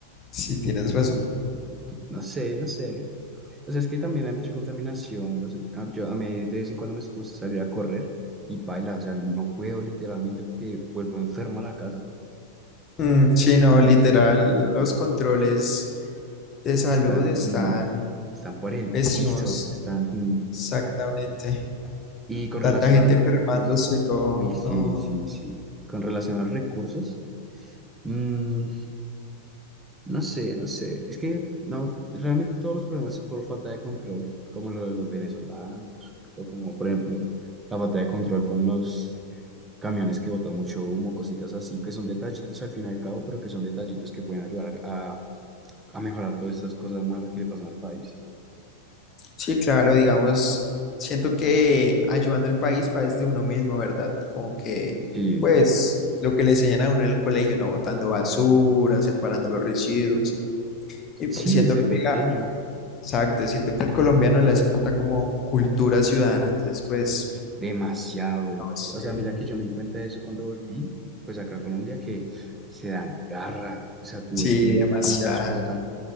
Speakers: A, on the left; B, on the right.
A: sí, tienes razón.
B: no sé, no sé. O sea, es que también hay mucha contaminación. no sé, a- yo a mí de vez en cuando me gusta salir a correr y paila. O sea, no puedo literalmente porque vuelvo enfermo a la casa.
A: Mm, sí, no, literal, los controles de salud
B: Están,
A: están
B: mm, están por el
A: pésimos.
B: piso, están. mm,
A: Exactamente.
B: Y con
A: tanta
B: relación
A: gente
B: a los
A: enfermándose,
B: recursos,
A: todo,
B: uy, sí,
A: no.
B: sí, sí. Con relación a los recursos, mm, no sé, no sé. Es que no, realmente todos los problemas son por falta de control, como lo de los venezolanos, o como por ejemplo la falta de control con los camiones que botan mucho humo, cositas así, que son detallitos al fin y al cabo, pero que son detallitos que pueden ayudar a, a mejorar todas estas cosas malas que le pasan al país.
A: Sí, claro, digamos, siento que ayudando al país va desde uno mismo, ¿verdad? Como que,
B: Sí,
A: pues, lo que le enseñan a uno en el colegio, ¿no? Botando basura, separando los residuos. Y pues
B: sí,
A: siento
B: desde
A: que,
B: pequeño.
A: ah, exacto, siento que al colombiano le hace falta como cultura ciudadana, entonces, pues,
B: Demasiado, demasiado.
A: no sé.
B: O sea, mira que yo me di cuenta de eso cuando volví, pues acá a Colombia, que se dan garra. O sea, tú
A: Sí,
B: ves que
A: demasiado.
B: niños botan.